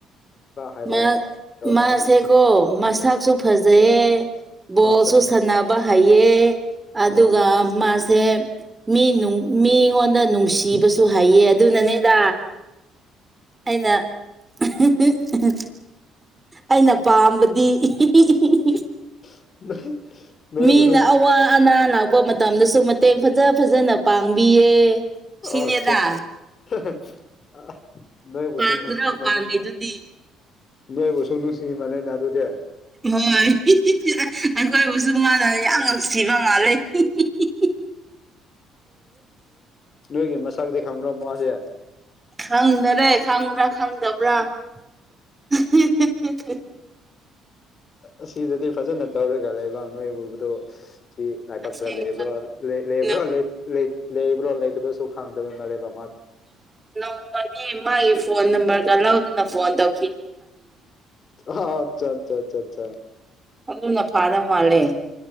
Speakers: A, on the left (about 45°); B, on the right (about 20°).
A: ꯈꯔ ꯍꯥꯏꯔꯛꯑꯣ
B: ꯃꯥ
A: ꯍꯥꯏꯔꯛꯑꯣꯗꯅꯦ
B: ꯃꯥꯁꯦꯀꯣ ꯃꯁꯛꯁꯨ ꯐꯖꯩꯌꯦ ꯕꯣꯁꯨ
A: ꯑꯠꯆꯥ
B: ꯁꯥꯟꯅꯕ ꯍꯩꯑꯦ ꯑꯗꯨꯒ
A: ꯑꯥ
B: ꯃꯁꯦ ꯁꯦ ꯃꯤꯅꯨꯡ ꯃꯤꯉꯣꯟꯗ ꯅꯨꯡꯁꯤꯕꯁꯨ ꯍꯩꯌꯦ ꯑꯗꯨꯅꯅꯦꯗ ꯑꯩꯅ <unintelligible> ꯎ ꯑꯩꯅ ꯄꯥꯝꯕꯗꯤ ꯍꯤꯍꯤꯍꯤꯍꯤ
A: <unintelligible> ꯅꯣꯏꯕꯨꯁꯨ
B: ꯃꯤꯅ ꯑꯋꯥ ꯑꯅꯥ ꯂꯥꯛꯄ ꯃꯇꯝꯗꯁꯨ ꯃꯇꯦꯡ ꯐꯖ ꯐꯖꯅ ꯄꯥꯡꯕꯤꯌꯦ ꯁꯤꯅꯦꯗ
A: ꯑꯆꯥ <unintelligible> ꯅꯣꯏꯕꯨꯁꯨ
B: ꯄꯥꯡꯗ꯭ꯔꯣ
A: ꯅꯨꯁꯤ ꯅꯔꯦꯅꯦ
B: ꯄꯥꯡꯉꯤꯗꯨꯗꯤ
A: ꯅꯣꯢꯕꯨꯁꯨ ꯅꯨꯁꯤ ꯃꯜꯂꯦ ꯅꯦ ꯑꯗꯨꯗꯤ
B: ꯍꯣꯏ ꯍꯤꯍꯤꯍꯤ ꯑꯩꯈꯣꯏꯕꯨꯁꯨ ꯃꯥꯥꯟꯅ ꯌꯥꯝ ꯁꯤꯕꯃꯂꯦ ꯍꯤꯍꯤꯍꯤꯍꯤ
A: ꯅꯣꯏꯒꯤ ꯃꯁꯥꯛꯗꯤ ꯈꯥꯡꯕ꯭ꯔ ꯃꯥꯁꯦ
B: ꯈꯪꯗꯔꯦ ꯈꯪꯕ꯭ꯔꯥ ꯈꯪꯗꯕ꯭ꯔꯥ ꯍꯥꯍꯤꯍꯥꯍꯤ
A: ꯑꯁꯤꯗꯗꯤ ꯐꯖꯅ ꯇꯧꯔꯦ ꯒꯥ ꯂꯩꯕꯥꯛ ꯅꯣꯏ ꯎꯕꯗꯣ ꯁꯤ ꯂꯥꯏꯕꯥꯛꯇ
B: ꯑꯁꯦꯡꯕ
A: ꯂꯩꯕ꯭ꯔꯣ ꯂꯩ꯭ꯔ
B: ꯅꯪ
A: ꯂꯩꯕ꯭ꯔꯣ ꯂꯩꯇꯕꯁꯨ ꯈꯪꯗꯕ ꯃꯔ ꯂꯩ ꯕ
B: ꯅꯣꯡꯃꯅꯤ ꯃꯥꯒꯤ ꯐꯣꯟ ꯅꯝꯕꯔꯒ ꯂꯧꯗ ꯅ ꯐꯣꯟ ꯇꯧ
A: ꯑꯠꯆꯥ ꯑꯆꯥ ꯑꯆꯥ ꯑꯆꯥ
B: ꯑꯗꯨꯅ ꯐꯥꯗꯧ ꯃꯥꯂꯦ